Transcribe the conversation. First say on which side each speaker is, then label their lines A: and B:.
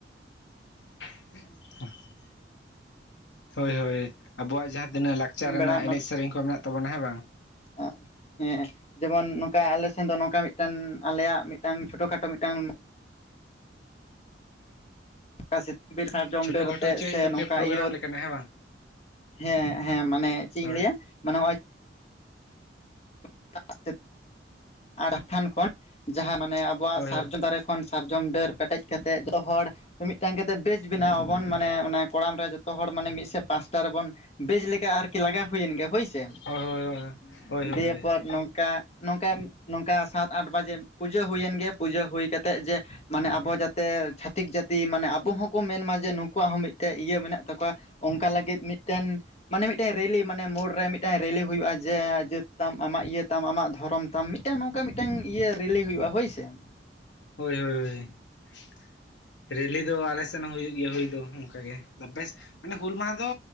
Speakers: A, on the left; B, on the left.
A: <inaudible> ᱸᱴᱷᱟᱜ-ᱴᱷᱚᱜ-ᱴᱷᱚᱜ ᱾ ᱦᱳᱭ -ᱦᱳᱭ, ᱟᱵᱚᱣᱟᱜ ᱡᱟᱦᱟᱸ ᱛᱤᱱᱟᱹᱜ ᱞᱟᱠᱪᱟᱨ
B: ᱥᱤᱧ
A: ᱨᱮᱱᱟᱜ
B: ᱵᱮᱲᱟ
A: ᱮᱱᱮᱡ ᱥᱮᱹᱨᱮᱹᱧ ᱠᱚ ᱢᱮᱱᱟᱜ ᱛᱟᱵᱚᱱᱟ ᱦᱮᱸ ᱵᱟᱝ ᱾
B: ᱟᱜ, ᱦᱮᱸ ᱾ <unintelligible> ᱡᱮᱢᱚᱱ ᱱᱚᱝᱠᱟ ᱟᱞᱮ ᱥᱮᱱ ᱫᱚ ᱱᱚᱝᱠᱟ ᱢᱤᱫᱴᱟᱹᱱ ᱟᱞᱮᱭᱟᱜ ᱢᱤᱫᱴᱟᱹᱝ ᱪᱷᱳᱴᱳ ᱠᱷᱟᱴᱚ ᱢᱤᱫᱴᱟᱹᱝ ᱠᱟ ᱥᱤᱛ ᱵᱤᱨ ᱥᱟᱨᱡᱚᱢ
A: ᱪᱷᱳᱴᱳ
B: ᱰᱟᱹᱨ ᱟᱛᱮᱜ
A: ᱠᱷᱟᱴᱳ ᱦᱚᱪᱚᱭ
B: ᱥᱮ
A: ᱦᱩᱭᱩᱜ ᱛᱟᱯᱮᱭᱟ
B: ᱱᱚᱝᱠᱟ
A: ᱯᱨᱳᱜᱨᱟᱢ
B: ᱤᱭᱟᱹᱣ
A: ᱞᱮᱠᱟᱱᱟᱜ ᱦᱮᱸ ᱵᱟᱝ
B: ᱦᱮᱸ ᱦᱮᱸ, ᱢᱟᱱᱮ ᱪᱮᱜ ᱤᱧ
A: ᱦᱳᱭ
B: ᱞᱟᱹᱭᱟ ᱢᱟᱱᱮ ᱦᱚᱸᱜᱼᱚᱭ <unintelligible> ᱟᱛᱷᱟᱱ ᱠᱷᱚᱱ ᱡᱟᱦᱟᱸ ᱢᱟᱱᱮ ᱟᱵᱚᱣᱟᱜ
A: ᱦᱳᱭ
B: ᱥᱟᱨᱡᱚᱢ ᱫᱟᱨᱮ ᱠᱷᱚᱱ ᱥᱟᱨᱡᱚᱢ ᱰᱟᱹᱨ ᱯᱮᱴᱮᱡ ᱠᱟᱛᱮ ᱡᱚᱛᱚ ᱨᱚᱦᱚᱲ ᱢᱤ ᱢᱤᱫᱴᱟᱝ ᱠᱟᱛᱮᱜ ᱵᱮᱹᱪ ᱵᱮᱱᱟᱣ ᱟᱵᱚᱱ ᱱᱮ ᱚᱱᱮ ᱠᱚᱲᱟᱢ ᱨᱮ ᱡᱚᱛᱚ ᱦᱚᱲ ᱢᱟᱱᱮ ᱢᱤᱫ ᱯᱟᱥᱴᱟ ᱨᱮᱵᱚᱱ ᱵᱮᱹᱡ ᱞᱮᱠᱟ ᱟᱨᱠᱤ ᱞᱟᱜᱟᱣ ᱦᱳᱭᱮᱱ ᱜᱮ ᱦᱳᱭᱥᱮ,
A: ᱦᱳᱭ ᱦᱳᱭ ᱦᱳᱭ ᱦᱳᱭ ᱦᱳᱭ ᱦᱳᱭ ᱦᱳᱭ
B: ᱫᱤᱭᱮ
A: ᱦᱳᱭ
B: ᱯᱚᱨ ᱱᱚᱝᱠᱟ- ᱱᱚᱝᱠᱟ, ᱱᱚᱝᱠᱟ ᱥᱟᱛ ᱟᱴ ᱵᱟᱡᱮ ᱯᱩᱡᱟᱹ ᱦᱳᱭᱮᱱ ᱜᱮ ᱯᱩᱡᱟᱹ ᱦᱳᱭ ᱠᱟᱛᱮᱜ ᱡᱮ ᱢᱟᱱᱮ ᱟᱵᱚ ᱡᱟᱛᱮ ᱪᱷᱟᱛᱤᱠ ᱡᱟᱛᱤ ᱢᱟᱱᱮ ᱟᱵᱚ ᱦᱚᱸᱠᱚ ᱢᱮᱱᱢᱟ ᱡᱮ ᱱᱩᱠᱩᱣᱟᱜ ᱦᱚᱸ ᱢᱤᱫ ᱴᱮᱡ ᱤᱭᱟᱹ ᱢᱮᱱᱟᱜ ᱛᱟᱠᱚᱣᱟ ᱚᱝᱠᱟ ᱞᱟᱜᱤᱫ ᱢᱤᱫᱴᱮᱱ ᱢᱟᱱᱮ ᱢᱤᱫᱴᱮᱱ ᱨᱮᱞᱤ ᱢᱟᱱᱮ ᱢᱳᱲ ᱨᱮ ᱢᱤᱫᱴᱮᱱ ᱨᱮᱞᱤ ᱦᱳᱭᱳᱜᱼᱟ ᱡᱮ ᱡᱟᱹᱛ ᱛᱟᱢ ᱟᱢᱟᱜ ᱤᱭᱟᱹ ᱛᱟᱢ ᱟᱢᱟᱜ ᱫᱷᱚᱨᱚᱢ ᱛᱟᱢ ᱢᱤᱫᱴᱟᱹᱝ ᱱᱚᱝᱠᱟ ᱢᱤᱫᱴᱟᱹᱝ ᱤᱭᱟᱹ ᱨᱮᱞᱤ ᱦᱳᱭᱳᱜᱼᱟ ᱦᱳᱭᱥᱮ ᱾
A: ᱦᱳᱭ -ᱦᱳᱭ -ᱦᱳᱭ ᱾ ᱨᱮᱞᱤ ᱫᱚ ᱟᱞᱮ ᱥᱮᱱ ᱦᱚᱸ ᱦᱳᱭᱳᱜ ᱜᱮᱭᱟ ᱦᱳᱭ ᱫᱚ ᱚᱱᱠᱟᱜᱮ ᱟᱯᱮᱥ ᱢᱟᱱᱮ ᱦᱩᱞ ᱢᱟᱸᱦᱟ ᱫᱚ